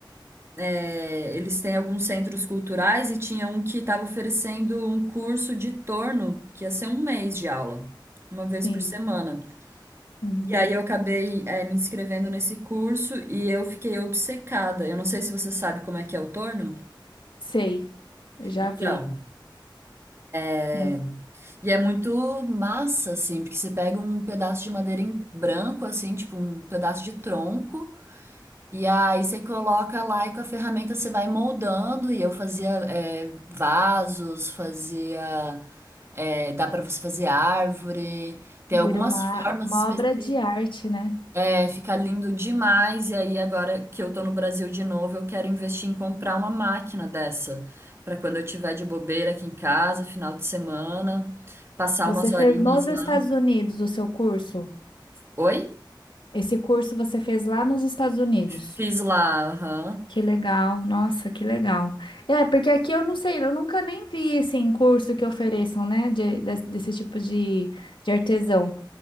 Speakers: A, on the right (about 30°); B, on the left (about 80°).
A: é, eles têm alguns centros culturais e tinha um que estava oferecendo um curso de torno, que ia ser um mês de aula, uma vez
B: sim.
A: por semana.
B: Uhum.
A: E aí eu acabei, é, me inscrevendo nesse curso e eu fiquei obcecada. Eu não sei se você sabe como é que é o torno.
B: Sei, eu já
A: Então.
B: vi.
A: é,
B: Mas
A: E é muito massa, assim, porque você pega um pedaço de madeira em branco, assim, tipo um pedaço de tronco, e aí você coloca lá e com a ferramenta você vai moldando. E eu fazia é, vasos, fazia. é, dá pra você fazer árvore, tem
B: vira
A: algumas
B: uma,
A: formas
B: uma
A: específicas.
B: obra de arte, né?
A: É, fica lindo demais. E aí, agora que eu tô no Brasil de novo, eu quero investir em comprar uma máquina dessa, pra quando eu tiver de bobeira aqui em casa, final de semana, passar
B: Você
A: umas
B: fez
A: horinhas
B: nos
A: lá.
B: Estados Unidos o seu curso?
A: Oi?
B: Esse curso você fez lá nos Estados Unidos.
A: Fiz lá, aham.
B: Que legal, nossa, que legal. É, porque aqui eu não sei, eu nunca nem vi assim curso que ofereçam, né, de- des- desse tipo de, de artesão.